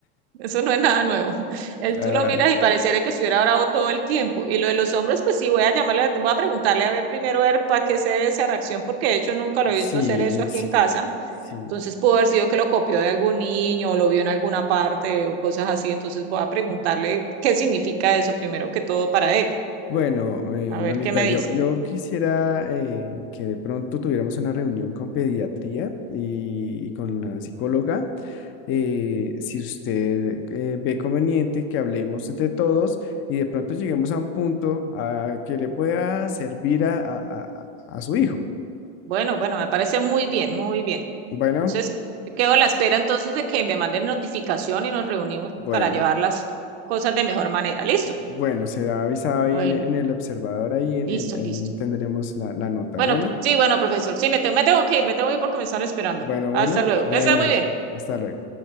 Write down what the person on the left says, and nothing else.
ah,
sí,
sí,
sí.
Bueno, eh,
mamita,
yo, yo quisiera eh, que de pronto tuviéramos una reunión con pediatría y, y con la psicóloga. Eh, si usted eh, ve conveniente que hablemos entre todos y de pronto lleguemos a un punto ah, que le pueda servir a, a a- a su hijo.
Bueno,
bueno.
Bueno, será avisado ahí
en, en el observador, ahí, en
el- ahí
tendremos la, la nota.
Bueno,
bueno,
bueno,
bueno,
hasta luego.